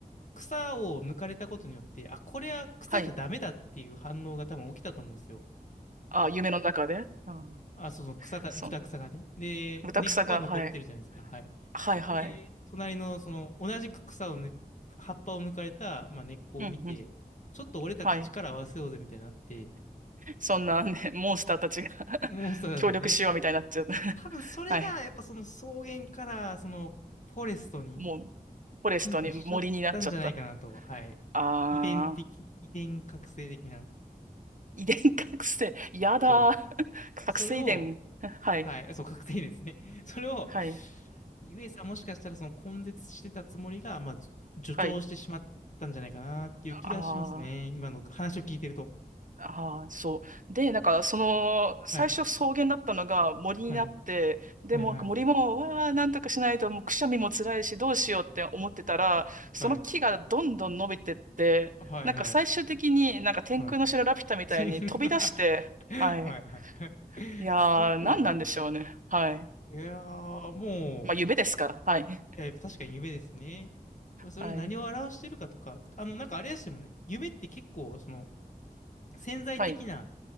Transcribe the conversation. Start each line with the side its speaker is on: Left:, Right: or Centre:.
Left: 草を抜かれたことによって、あ、これは草じゃダメだっていう反応が多分起きたと思うんですよ。
Right: はい。あー夢の中で。うん。
Left: あ、そうそう、草た、
Right: そう。
Left: 豚草がね。で、
Right: ブタが、
Left: 根っこは残ってるじゃないですか。
Right: はい。
Left: はい。
Right: はいはい。
Left: で、隣の、その、同じく草をぬ、葉っぱを抜かれた、まあ、根っこを見て、
Right: うんうん。
Left: ちょっと俺たち力を合わせようぜみたいになって、
Right: はい。そんなね、<laughs> モンスターたちが <laughs>
Left: モンスターたちがね、
Right: 協力しようみたいになっちゃった <laughs>
Left: 多分それがやっぱその草原からそのフォレストに
Right: はい。もう、フォレストに森になっちゃった。
Left: 進化しちゃったんじゃないかなと、はい。
Right: ああ、
Left: 遺伝的、遺伝覚醒的な、
Right: 遺伝覚醒。やだー。
Left: ちょっ
Right: <laughs> 覚醒遺伝。
Left: と、それを、
Right: <laughs> はい。
Left: はい、そう、覚醒ですね。<laughs> それを、
Right: はい。
Left: ゆえさんもしかしたらその根絶してたつもりが、まあ、じ助長してしまったんじゃないかなっていう気がしますね。
Right: はい。あ
Left: 今の話を聞いてると。
Right: あ、ああ、そう。で、なんか、その、最初草原だったのが森になって、
Left: はい、はい、
Right: でも、
Left: はい、はい、
Right: 森も、わあ、なんとかしないと、もうくしゃみも辛いし、どうしようって思ってたら、その木がどんどん伸びてって、
Left: はい、はい、
Right: なんか最終的になんか天空の城ラピュタみたいに飛び出して、
Left: はい、はい。はい、<laughs> はい。
Right: はい。
Left: はい
Right: いやー、
Left: すごいな。
Right: 何なんでしょうね。はい。
Left: いやー、もう、
Right: まあ、夢ですから。はい。
Left: いや、やっぱ確かに夢ですね。まあそれ何を表してるかとか、
Right: はい。
Left: あの、なんかあれですよね。夢って結構、その、潜在的な
Right: はい。